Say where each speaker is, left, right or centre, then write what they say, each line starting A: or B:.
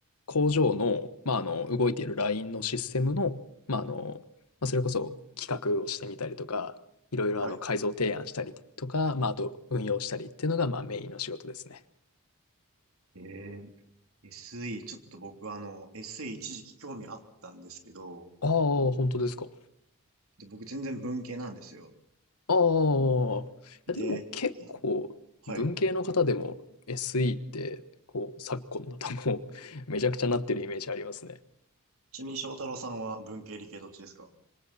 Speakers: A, on the left (about 85°); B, on the right (about 70°).
A: 工場の、まあ、あの動いているラインのシステムの、まあ、あの、まあ、それこそ企画をしてみたりとか、いろいろあの改造提案したりとか、
B: はい。
A: まあ、あと運用したりっていうのがまあメインの仕事ですね。
B: えー、SE、ちょっと僕あの SE 一時期興味あったんですけど、
A: ああ、本当ですか。
B: で、僕全然文系なんですよ。
A: ああ、いやでも結構文系の方でも
B: で、いやはい。
A: SE ってこう昨今だともう <laughs> めちゃくちゃなってるイメージありますね。
B: ちなみに翔太郎さんは文系理系どっちですか